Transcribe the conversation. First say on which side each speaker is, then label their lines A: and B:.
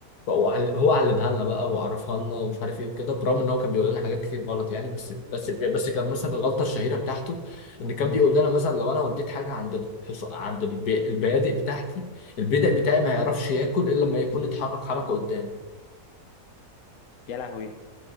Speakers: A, on the left; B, on the left.
A: فهو عل- هو علمها لنا بقى وعرفها لنا ومش عارف ايه وكده برغم ان هو كان بيقول لنا حاجات كتير غلط يعني بس بس بس كان مثلا الغلطه الشهيره بتاعته ان كان
B: امم
A: بيقول لنا مثلا لو انا وديت حاجه عند الحص... عند الب... البيادق بتاعتي البيدق بتاعي
B: امم
A: ما يعرفش ياكل الا لما يكون اتحرك حركه قدام
B: يا لهوي